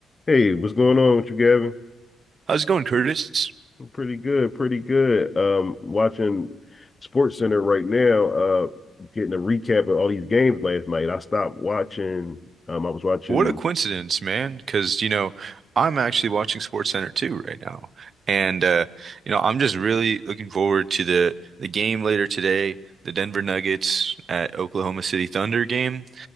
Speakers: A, on the left; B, on the right.
A: Hey, what's going on with you, Gavin?
B: How's it going, Curtis?
A: I'm pretty good, pretty good. Um, watching Sports Center right now, uh, getting a recap of all these games last night. I stopped watching. Um, I was watching.
B: What a coincidence, man. Because, you know, I'm actually watching SportsCenter too right now. And uh, you know, I'm just really looking forward to the the game later today, the Denver Nuggets at Oklahoma City Thunder game.